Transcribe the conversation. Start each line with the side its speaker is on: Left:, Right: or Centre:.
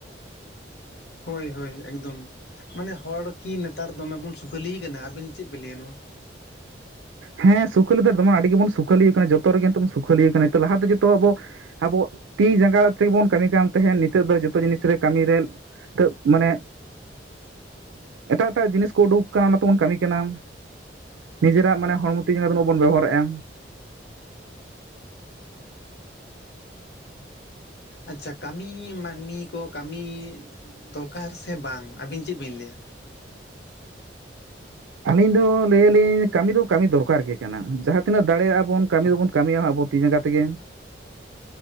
Left: ᱦᱳᱭ ᱦᱳᱭ ᱮᱠᱫᱚᱢᱼᱼ ᱢᱟᱱᱮ ᱦᱚᱲ ᱠᱤ ᱱᱮᱛᱟᱨ ᱫᱚᱢᱮ ᱵᱚᱱ ᱥᱩᱠᱷᱟᱹᱞᱤ ᱠᱟᱱᱟ ᱟᱵᱤᱱ ᱪᱮᱫ ᱵᱤᱱ ᱞᱟᱹᱭᱟ ᱱᱚᱣᱟ?
Right: ᱦᱮᱸ ᱥᱩᱠᱟᱹᱞᱤ ᱫᱚ ᱫᱚᱢ ᱟᱹᱰᱤ ᱜᱮᱵᱚᱱ ᱥᱩᱠᱷᱟᱹᱞᱤᱭᱟᱹ ᱠᱟᱱᱟ ᱡᱚᱛᱚ ᱨᱮᱜᱮᱵᱚᱱ ᱥᱩᱠᱷᱟᱹᱤᱭᱟᱹ ᱠᱟᱱᱟ ᱞᱟᱦᱟᱛᱮ ᱡᱚᱛᱚ ᱟᱵᱚᱼᱼ ᱟᱵᱚ ᱛᱤ ᱡᱟᱸᱜᱟ ᱛᱮᱜᱮ ᱵᱚᱱ ᱠᱟᱹᱢᱤ ᱠᱟᱱ ᱛᱟᱦᱮᱸᱫ ᱱᱤᱛᱚᱜ ᱫᱚ ᱡᱚᱛᱚ ᱡᱤᱱᱤᱥ ᱨᱮ ᱠᱟᱹᱢᱤ ᱨᱮᱼᱼ ᱛᱟᱹ ᱢᱟᱱᱮ ᱮᱴᱟᱜ ᱮᱴᱟᱜ ᱡᱤᱱᱤᱥ ᱠᱚ ᱩᱰᱩᱠ ᱠᱟᱱᱟ ᱚᱱᱟ ᱛᱮᱵᱚᱱ ᱠᱟᱹᱢᱤ ᱠᱟᱱᱟ᱾ ᱱᱤᱡᱮᱨᱟᱜ ᱢᱟᱱᱮ ᱦᱚᱲᱢᱚ ᱛᱤ ᱡᱟᱸᱜᱟ ᱫᱚ ᱩᱱᱟᱹᱜ ᱵᱟᱵᱚᱱ ᱵᱮᱵᱷᱟᱨᱮᱜ-ᱟ᱾
Left: ᱟᱪᱪᱷᱟ ᱠᱟᱹᱢᱤ ᱢᱟᱹᱱᱢᱤ ᱠᱚ ᱠᱟᱹᱢᱤ ᱫᱚᱨᱠᱟᱨ ᱥᱮ ᱵᱟᱝ ᱟᱹᱵᱤᱱ ᱪᱮᱫ ᱵᱤᱱ ᱞᱟᱹᱭᱟ? <inaudible>
Right: ᱟᱹᱞᱤᱧ ᱫᱚ ᱞᱟᱹᱭᱟ ᱞᱤᱧ ᱠᱟᱹᱢᱤ ᱫᱚ ᱠᱟᱹᱢᱤ ᱫᱚᱨᱠᱟᱨ ᱜᱮ ᱠᱟᱱᱟ ᱡᱟᱦᱟᱸ ᱛᱤᱱᱟᱹᱜ ᱫᱟᱲᱮᱭᱟᱜ-ᱟ ᱵᱚᱱ ᱠᱟᱹᱢᱤ ᱫᱚᱵᱚᱱ ᱠᱟᱹᱢᱤᱭᱟ ᱟᱵᱚ ᱛᱤ ᱡᱟᱸᱜᱟ ᱛᱮᱜᱮᱼᱼ